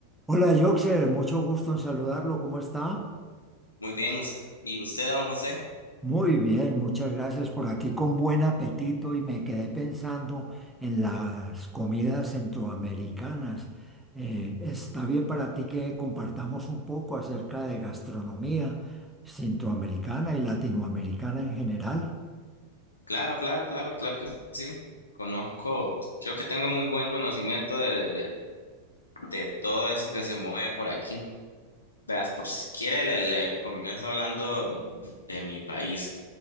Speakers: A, in the centre; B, on the left (about 75°).
A: Hola, Yoxer, mucho gusto en saludarlo. ¿Cómo está?
B: Muy bien, us- ¿y usted, don José?
A: Muy bien, muchas gracias por aquí con buen apetito y me quedé pensando en las comidas centroamericanas. Eh, está bien para ti que compartamos un poco acerca de gastronomía centroamericana y latinoamericana en general.
B: Claro, claro, claro, claro que sí. Conozco, creo que tengo muy buen conocimiento de, de, de- de todo eso que se mueve por aquí. Veas, por si quiere, le, le comienzo hablando de mi país.